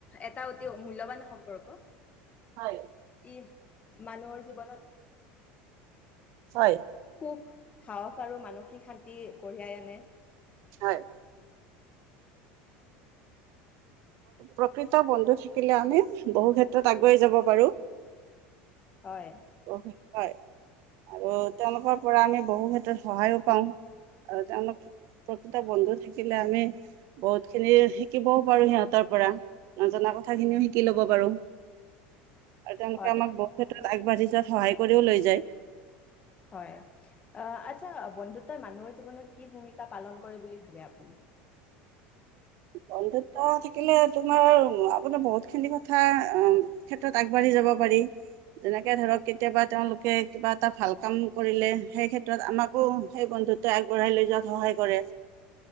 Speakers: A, on the left; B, on the right.
A: এটা অতি মূল্যৱান সম্পৰ্ক
B: হয়
A: ই মানুহৰ জীৱনত
B: হয়
A: সুখ সাহস আৰু মানসিক শান্তি কঢ়িয়াই আনে
B: হয়',। প্ৰকৃত বন্ধু থাকিলে আমি বহু ক্ষেত্ৰত আগুৱাই যাব পাৰোঁ।
A: হয়।
B: বহুত হয় আৰু তেওঁলোকৰ পৰা আমি বহু ক্ষেত্ৰত সহায়ো পাওঁ আৰু তেওঁলোক প্ৰকৃত বন্ধু থাকিলে আমি বহুত খিনি শিকিবও পাৰোঁ সিহঁতৰ পৰা, নজনা কথাখিনিও শিকি লব পাৰোঁ। আৰু তেওঁলোকে
A: হয়,
B: আমাক বহুত ক্ষেত্ৰত, আগবাঢ়িছে, য'ত সহায় কৰিও লৈ যায়।
A: হয়, আহ আচ্ছা বন্ধুত তই মানুহৰ জীৱনত কি ভূমিকা পালন কৰে বুলি ভাবে আপুনি?
B: বন্ধুত্ব থাকিলে তোমাৰ, আপোনাৰ বহুতখিনি কথা ক্ষেত্ৰত আগবাঢ়ি যাব পাৰি। যেনেকে ধৰক কেতিয়াবা তেওঁলোকে কিবা এটা ভাল কাম কৰিলে, সেইক্ষেত্ৰত আমাকো সেই বন্ধুত্বই আগবঢ়াই লৈ যোৱাত সহায় কৰে।